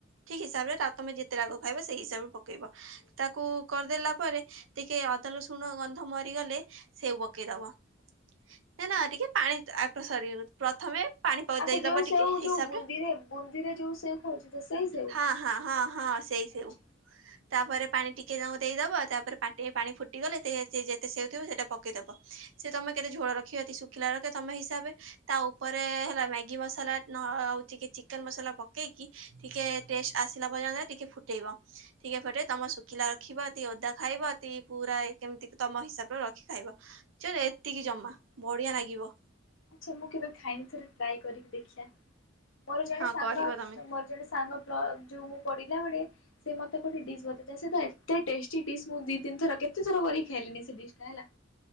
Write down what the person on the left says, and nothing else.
ଆଚ୍ଛା
ଯୋଉ
ସେଉ
ଯୋଉ
ବୁନ୍ଦିରେ ବୁନ୍ଦିରେ ଯୋଉ ସେଉ ଖାଉଛୁ ତ ସେଇ ସେଉ?
ଆଚ୍ଛା
ଆଚ୍ଛା।
ଆଚ୍ଛା ମୁଁ କେବେ ଖାଇନି ଥରେ ଟ୍ରାଏ କରିକି ଦେଖିଆ ମୋର ଜଣେ
ସାଙ୍ଗ
ଅଛି
ମୋର ଜଣେ ସାଙ୍ଗ ଯୋଉ ମୁଁ ପଢିଲା ବେଳେ ସେ ମତେ ଗୋଟେ ଡିସ୍ ବତେଇଥାଏ ସେ ତ ଏତେ ଟେଷ୍ଟି ଟି ଡ଼ିସ୍ ମୁଁ ଦି ତିନି ଥର କେତେଥର କରି ଖାଇଲିଣି ସେ ଡିସ୍ ଟା ହେଲା